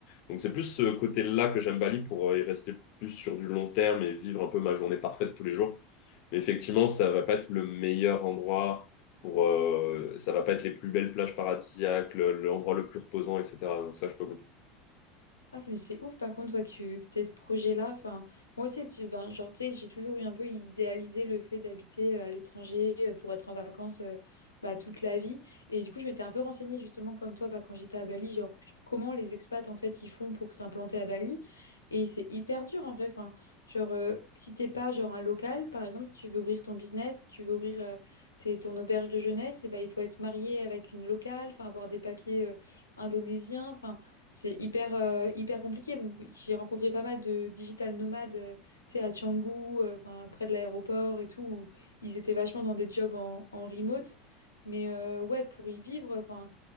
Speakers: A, on the left; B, on the left.
A: Donc c'est plus ce côté-là que j'aime Bali pour euh, y rester plus sur du long terme et vivre un peu ma journée parfaite tous les jours. Mais effectivement, ça va pas être le meilleur endroit pour, euh, ça va pas être les plus belles plages paradisiaques, le- l'endroit le plus reposant, etc. Donc ça, je peux
B: Ah, mais c'est ouf, par contre, toi, que, que t'aies ce projet-là. Enfin, moi aussi, tu, enfin, genre, tu sais, j'ai toujours eu un peu idéalisé le fait d'habiter euh, à l'étranger euh, pour être en vacances euh, bah, toute la vie. Et du coup, je m'étais un peu renseignée, justement, comme toi, bah, quand j'étais à Bali, genre, sur comment les expats, en fait, ils font pour s'implanter à Bali. Et c'est hyper dur, en vrai. Enfin, genre, euh, si t'es pas, genre, un local, par exemple, si tu veux ouvrir ton business, si tu veux ouvrir euh, tes- ton auberge de jeunesse, et bah, il faut être marié avec une locale, enfin, avoir des papiers euh, indonésiens. Enfin, C'est hyper, euh, hyper compliqué. Bon, j'ai rencontré pas mal de digital nomades, euh, tu sais, à Canggu, euh, enfin, près de l'aéroport et tout, où ils étaient vachement dans des jobs en, en remote. Mais euh, ouais, pour y vivre, enfin,